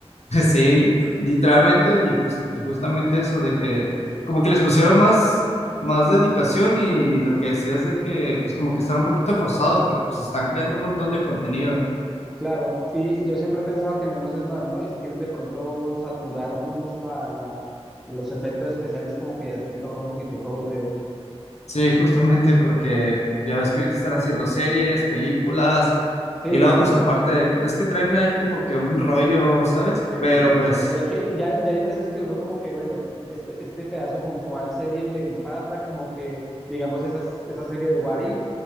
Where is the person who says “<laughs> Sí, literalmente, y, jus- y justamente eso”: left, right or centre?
Left